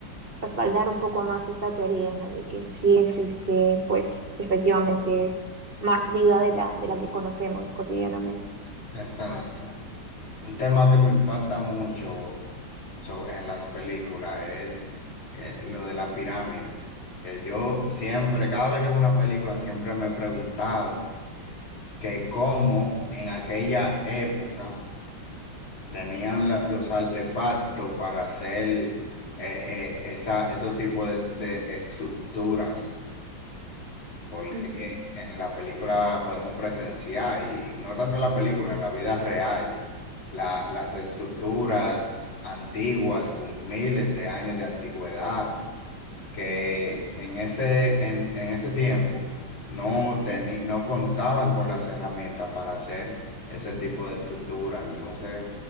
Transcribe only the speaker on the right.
respaldar un poco más esta teoría, ¿no? De que sí existe, pues, efectivamente, más vida de la, de la que conocemos cotidianamente.
Ujú.